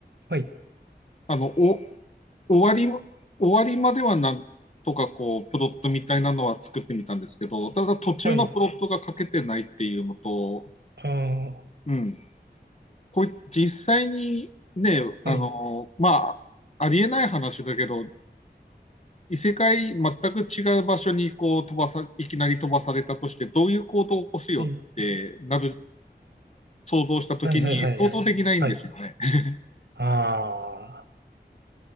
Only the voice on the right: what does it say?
はい、
はい、ああ、
はい、
はい、
はい、はい、はい、はい。はい。
ああ、